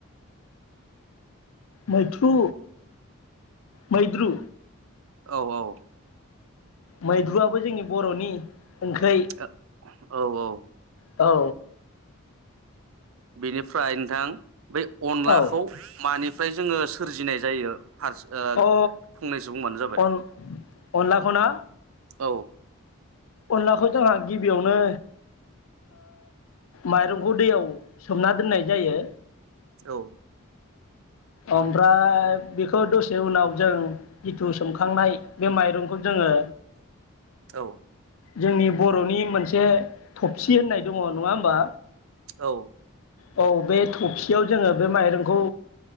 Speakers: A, on the left; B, on the right.
A: मैथ्रु मैद्रु
B: औ औ।
A: मैद्रुआबो जोंनि बर'नि ओंख्रै
B: औ औ औ
A: औ
B: बेनिफ्राय नोंथां बे अनलाखौ
A: औ
B: मानि ओमफ्राय जोङो सोरजिनाय जायो। फारस ओ
A: अ
B: फंनैसो बुंबानो जाबाय।
A: अन अनलाखौना
B: औ
A: अनलाखौ जोंहा गिबियावनो माइरंखौ दैयाव सोमना दोननाय जायो
B: औ
A: ओमफ्राय बेखौ दसे उनाव जों जिथु सोमखांनाय बे माइरंखौ जोङो
B: औ
A: जोंनि बर'नि मोनसे थबसि होननाय दङ नङा होमबा
B: औ
A: औ बे थफसियाव जोङो बे माइरंखौ